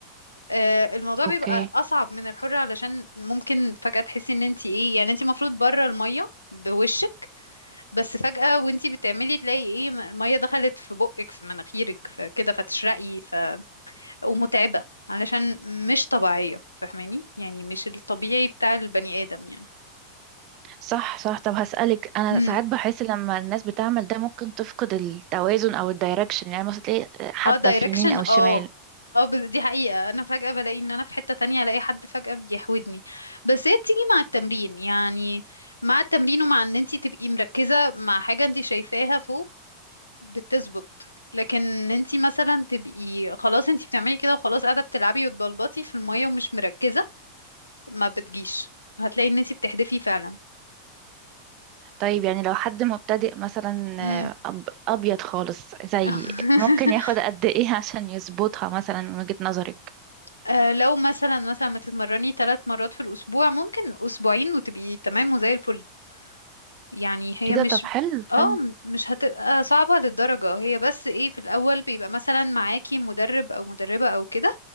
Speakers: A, on the left; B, on the right.
A: آه، الموضوع
B: اوكي
A: بيبقى اصعب من الحر علشان ممكن فجأة تحسي ان انت ايه يعني انت المفروض بره المية بوشك بس فجأة وانتي بتعملي تلاقي ايه م- المية دخلت في بقك في مناخيرك فكده فتشرقي ف... ومتعبة علشان مش طبيعية فاهماني يعني مش الطبيعي بتاع البني آدم يعني
B: صح صح طب هسألك أنا
A: امم
B: ساعات بحس لما الناس بتعمل ده ممكن تفقد التوازن أو الدايركشن يعني مثلا تلاقي حد
A: اه دايركشن
B: في اليمين أو الشمال
A: اه اه بس دي حقيقة انا فجأة بلاقي ان انا في حتة تانية الاقي حد فجأة بيحودني بس هي بتيجي مع التمرين يعني مع التمرين ومع ان انتي تبقي مركزة مع حاجة انتي شايفاها فوق بتظبط لكن انتي مثلا تبقي خلاص انتي بتعملي كده وخلاص قاعده بتلعبي وتبلبطي في الميه ومش مركزه ما بتجيش هتلاقي ان انتي بتحدفي فعلا
B: طيب يعني لو حد مبتدئ مثلا
A: امم
B: آه، أب أبيض خالص زي
A: <laughs>
B: ممكن ياخد قد إيه <laughs> عشان يظبطها مثلا من وجهة نظرك
A: آه، لو مثلا مثلا ما تتمرني ثلاث مرات في الاسبوع ممكن اسبوعين وتبقي تمام وزي الفل يعني هي
B: إيه ده
A: مش
B: طب حلو
A: اه
B: حلو
A: م- مش هتبقى صعبة للدرجة هي بس ايه في الأول بيبقى مثلا معاكي مدرب أو مدربة أو كده